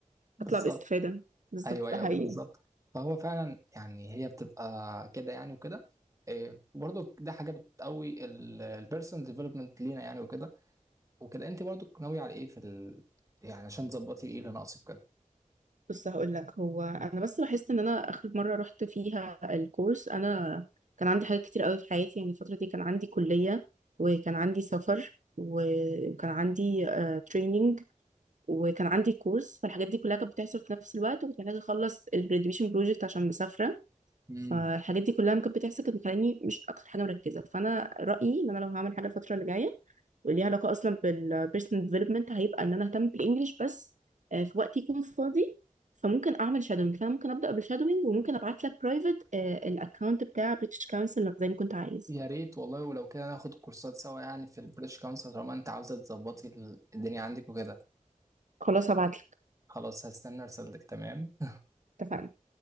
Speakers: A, on the right; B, on the right.
A: بالظبط
B: اطلع باستفادة بالظبط
A: ايوه ايوه
B: ده حقيقي
A: بالظبط فهو فعلا يعني هي بتبقى كده يعني وكده إيه، برضو ده حاجه بتقوي البيرسونال ديفلوبمنت لينا يعني وكده وكده انت برضو ناويه على ايه في ال... يعني عشان تظبطي ايه اللي ناقصك كده
B: بص هقول لك هو انا بس لاحظت ان انا اخر مره رحت فيها الكورس انا كان عندي حاجات كتير قوي في حياتي يعني الفتره دي كان عندي كليه وكان عندي سفر و- وكان عندي تريننج وكان عندي كورس فالحاجات دي كلها كانت بتحصل في نفس الوقت وكنت محتاجه اخلص الجراديويشن بروجكت عشان مسافره
A: امم
B: فالحاجات دي كلها لما كانت بتحصل كانت مخليني مش اكتر حاجه مركزه فانا رايي ان انا لو هعمل حاجه الفتره اللي جايه وليها علاقة أصلا بالبيرسونال ديفلوبمنت هيبقى إن أنا أهتم بالإنجليش بس آه، في وقت يكون فاضي فممكن أعمل شادوينج فأنا ممكن أبدأ بالشادوينج وممكن أبعت لك برايفت الأكونت بتاع بريتش كونسل زي ما كنت عايز
A: يا ريت والله ولو كده ناخد كورسات سوا يعني في البريتش كونسل طالما انت عاوزه تظبطي ال- الدنيا عندك وكده
B: خلاص هبعت لك
A: خلاص هستنى رسالتك تمام
B: اتفقنا